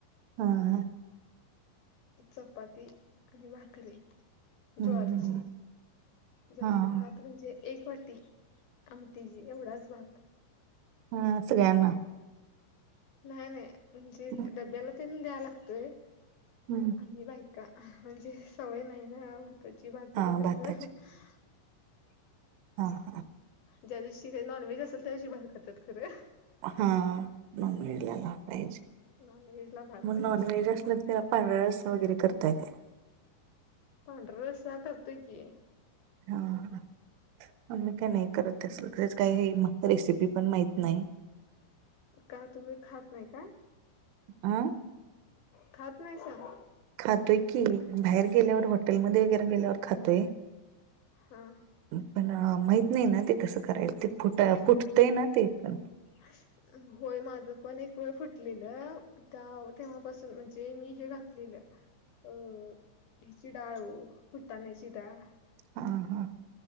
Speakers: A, on the right; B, on the left.
A: हा हा.
B: चपाती आणि भाकरी.
A: हम्म
B: ज्वारीची
A: हम्म हम्म.
B: जास्त
A: हा
B: भात म्हणजे. एक वाटी आमटीजी एवढाच भात.
A: हम्म सगळ्यांना.
B: नाही नाही म्हणजे
A: हम्म,
B: डब्याला तेन द्याल लागतोय.
A: हम्म.
B: ही बायका म्हणजे सवय नाही ना आव त्याची भागरीे
A: हा
B: कसं
A: भाताची
B: <inaudible>
A: हा हा.
B: ज्या दिवशी हे नॉनव्हेज असेल त्या दिवशी बाहेर खातात खरं.
A: हा नॉनव्हेज ला पाहिजे
B: नॉनव्हेज ला भात
A: मग
B: पाहिजे
A: नॉनव्हेज असल त्याला पांढरा रस्सा वगैरे करताय काय?
B: पांढरा रस्सा करतोय की. <unintelligible>
A: हा हा आम्ही काय नाही करत ते सगळंच काही हे मला रेसिपी पण माहित नाही.
B: काय तुम्ही खात नाही काय?
A: आ?
B: खात नाहीसां?
A: खातोय की बाहेर गेल्यावर हॉटेलमध्ये वगैरे गेल्यावर खातोय.
B: हा.
A: पण माहित नाही ना ते कसं करायच. ते फुट-फुटतंय ना ते पण.
B: <unintelligible> होय माझं पण एक वेळ फुटलेलं त्या तेव्हापासून म्हणजे मी हे घातलेलं अ हेची डाळ ओ फुटाण्याची डाळ.
A: हा हा.